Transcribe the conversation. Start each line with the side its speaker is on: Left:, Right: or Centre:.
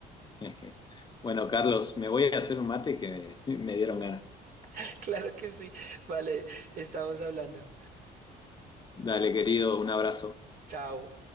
Left: <laughs> Bueno, Carlos, me voy a hacer un mate que <laughs> me dieron ganas.
Right: <laughs> Claro que sí. Vale, estamos hablando.
Left: Dale, querido, un abrazo.
Right: Chao.